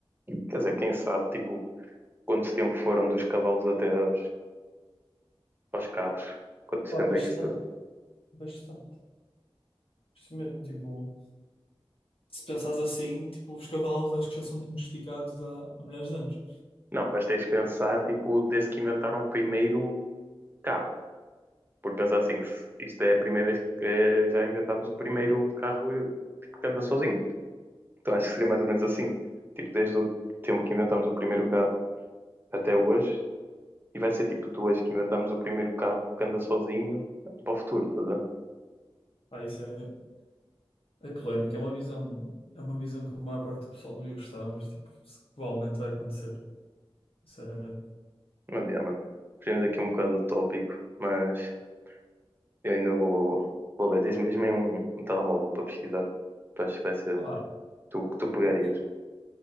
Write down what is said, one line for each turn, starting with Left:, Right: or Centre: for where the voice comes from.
Right: Quer dizer, quem sabe, tipo, quanto tempo foram dos cavalos até aos, aos carros? Quanto
Left: Pá,
Right: tempo
Left: bastante,
Right: é que isso durou?
Left: bastante. Isto mesmo, tipo, se pensares assim, tipo, os cavalos acho que já são domesticados há, há milhares de anos.
Right: Não, mas tens de pensar, tipo, desde que inventaram o primeiro carro. Porque pensar assim, isto é a primeira vez que eh, já inventámos o primeiro carro tipo, que anda sozinho. Então acho que seria mais ou menos assim. Tipo, desde o tempo que inventámos o primeiro carro até hoje, e vai ser tipo de hoje que inventámos o primeiro carro que anda sozinho para o futuro, estás a ver?
Left: Pá, isso é, é polémico, é uma visão, é uma visão que a maior parte do pessoal não ia gostar, mas tipo, se- provavelmente vai acontecer, sinceramente.
Right: Mas, yeah, mano, fugimos aqui um bocado do tópico, mas eu ainda vou, vou ver. Diz-me, diz-me aí um, um telemóvel para pesquisar. Tu achas que vai ser
Left: Pá,
Right: tu que tu pegarias?
Left: o que